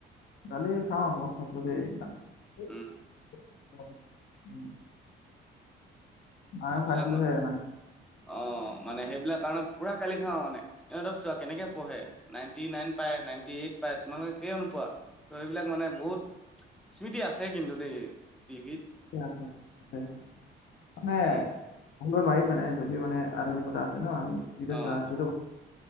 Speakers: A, on the left (about 60°); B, in the centre.
A: <unintelligible>
B: উম,
A: আৰু
B: এইবিলাক
A: খাইছিলোহে
B: মা
A: মানে
B: অ' মানে সেইবিলাক কাৰণত পুৰা গালি খাওঁ, মানে ইহঁতক চোৱা কেনেকে পঢ়ে। নাইনটি নাইন পায়, নাইনটি এইট পায়, তোমালোকে কেলেই নোপোৱা। ত' সেইবিলাক মানে বহুত স্মৃতি আছে কিন্তু দেই টিভিত।
A: আছে, আছে। মানে
B: অ',
A: ভাবিব নোৱাৰিম মানে যদিও মানে আধুনিকতা আছে ন। আমি তিয়া
B: অ',
A: চৰা আছিলো,